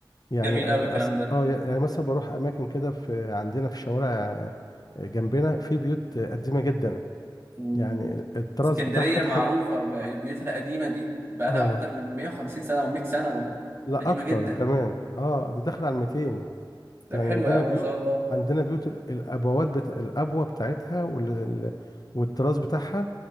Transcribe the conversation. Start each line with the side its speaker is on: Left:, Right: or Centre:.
Left: يعني
Right: جميل
Left: اه
Right: قوي الكلام
Left: أس-
Right: ده
Left: آه، يعني مثلا بروح اماكن كده في عندنا في الشوارع آه، جنبنا في بيوت آه، قديمة جدا
Right: مم.
Left: يعني الطراز
Right: اسكندريه
Left: بتاعها تح...
Right: معروفه ببيوتها القديمه دي بقالها
Left: اه
Right: اكتر من 150 سنه و100 سنه و-
Left: لا
Right: قديمه
Left: اكتر
Right: جدا
Left: كمان اه ده داخل على 200
Right: طب
Left: يعني
Right: حلو
Left: عندنا
Right: قوي
Left: بيوت
Right: ما شاء الله
Left: عندنا بيوت ال- الابوات بتا... الابوة بتاعتها وال... ال- والطراز بتاعها